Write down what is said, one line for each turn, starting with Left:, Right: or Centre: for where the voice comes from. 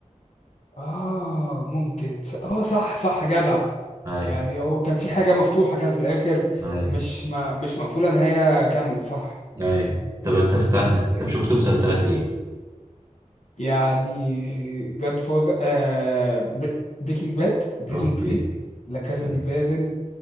Left: اه ممكن تص- اه صح صح جدع
Right: ايوه
Left: يعني هو كان في حاجة مفتوحة كده في الآخر
Right: ايوه
Left: مش ما مش مقفولة نهاية كاملة صح
Right: ايوه طب انت استنى
Left: لا بس جامد
Right: طب شفت مسلسلات ايه؟
Left: يعني جاد فاذر آه بريكنج باد بريزون
Right: اوكي
Left: بريك لا كازا
Right: حلو.
Left: دي بابل